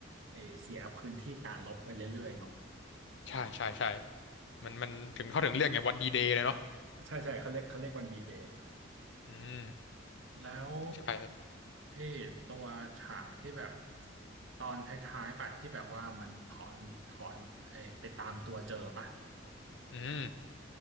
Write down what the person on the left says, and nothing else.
ใช่ใช่ใช่มันมันถึงเขาถึงเรียกไงวันดีเดย์เลยเนาะ
อืม
ใช่
อืม